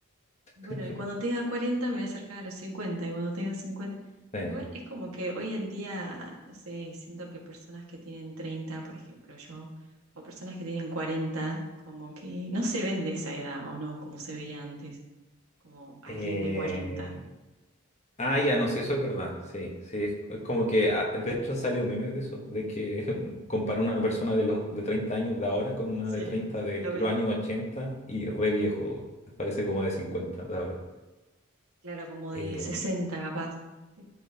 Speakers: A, on the left; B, on the right.
A: <laughs>
B: Bueno, y cuando tenga 40 me voy a acercar a los 50, y cuando tenga 50,
A: Sí.
B: pero igual es como que hoy en día, no sé, siento que personas que tienen 30, por ejemplo, yo, o personas que tienen 40, como que no se ven de esa edad, o no, como se veía antes, como alguien
A: Eh,
B: de 40.
A: ah, ya, no, sí, eso es verdad. Sí, sí. Es es como que, ah, de hecho, salió meme de eso, de que <laughs> compara una persona de los de 30 años de ahora con una
B: Sí,
A: de 30 de
B: lo vi.
A: los años 80 y re viejo. Parece como de 50 de ahora.
B: Claro, como
A: Eh,
B: de 60 capaz. Sí.